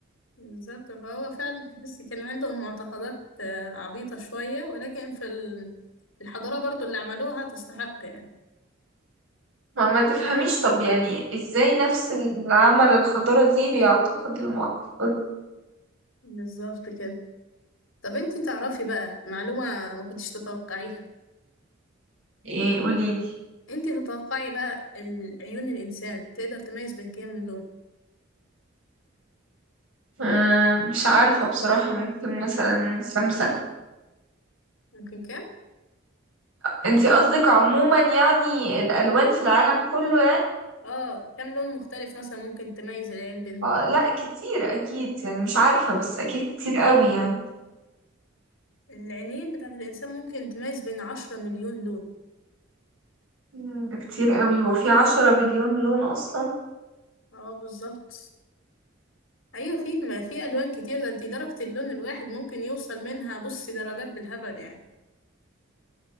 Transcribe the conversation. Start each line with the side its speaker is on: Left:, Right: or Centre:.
Left: بالظبط فهو فعلا تحس كان عندهم معتقدات آه، عبيطة شوية ولكن في ال- الحضارة برضو اللي عملوها تستحق يعني
Right: ما ما تفهميش طب يعني ازاي نفس العمل الحضارة دي بيعتقد المعتقد
Left: بالظبط كده طب انتي تعرفي بقى معلومة ما كنتش تتوقعيها
Right: ايه قوليلي
Left: انتي تتوقعي بقى ال- عيون الإنسان تقدر تميز بين كام لون
Right: أه مش عارفة بصراحة ممكن مثلا سمسم
Left: ممكن كام؟
Right: انتي قصدك عموما يعني الالوان في العالم كله يعني
Left: اه كام لون مختلف مثلا ممكن تميز العين بينهم
Right: آه لا كتير اكيد يعني مش عارفة بس اكيد كتير قوي يعني
Left: العينين بتاعت الإنسان ممكن تميز بين عشرة مليون لون
Right: مم، ده كتير قوي هو في عشرة مليون لون اصلا
Left: اه بالظبط أيوة في ما في ألوان كتير ده انتي درجة اللون الواحد ممكن يوصل منها بصي درجات بالهبل يعني